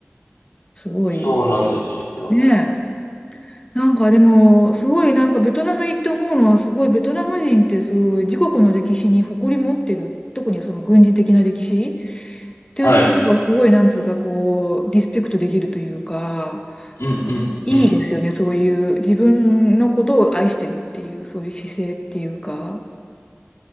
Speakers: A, on the left (about 20°); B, on the left (about 85°).
A: すごい、
B: そうなんですよ。
A: ねなんかでも、すごいなんかベトナム行って思うのは、すごいベトナム人ってすごい自国の歴史に誇り持ってる、特にその軍事的な歴史っていうところがすごいなんつうかこう、
B: はい。
A: リスペクトできるというか、
B: うんうんうん。
A: いいですよね、そういう自分のことを愛してるっていう、そういう姿勢っていうか、